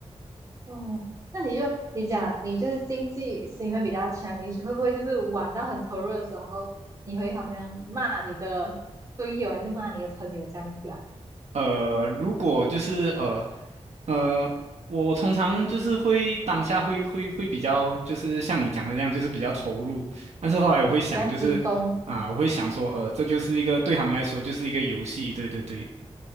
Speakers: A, on the right (about 30°); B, on the right (about 75°).
A: 哦，那你就你讲你就是经济心会比较强，你会不会就是玩到很投入的时候，你会好像骂你的队友还是骂你的朋友这样子啊？
B: 呃，如果就是呃呃，我我通常就是会当下会会会比较就是像你讲的这样，就是比较投入。但是后来我会想，
A: 比较激动。
B: 就是啊，我会想说，呃，这就是一个对他们来说就是一个游戏，对对对，